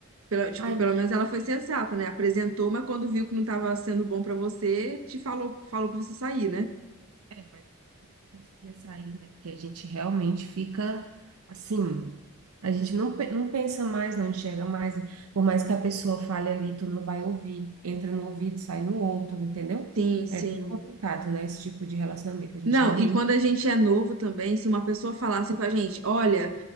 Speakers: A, on the right; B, on the right.
A: pelo- tipo,
B: Ai,
A: pelo
B: mas
A: menos ela
B: aí-
A: foi sensata, né? Apresentou, mas quando viu que não estava sendo bom para você, te falou, falou para você sair, né?
B: é, mas eu não conseguia sair, né? Porque a gente realmente fica assim. A gente não, pe- não pensa mais, não enxerga mais. Por mais que a pessoa fale ali, tu não vai ouvir. Entra no ouvido, sai no outro, entendeu?
A: Sim, sim.
B: É bem complicado, né? Esse tipo de relacionamento. A gente
A: Não,
B: realmente
A: e quando a gente é novo também, se uma pessoa falasse com a gente, olha,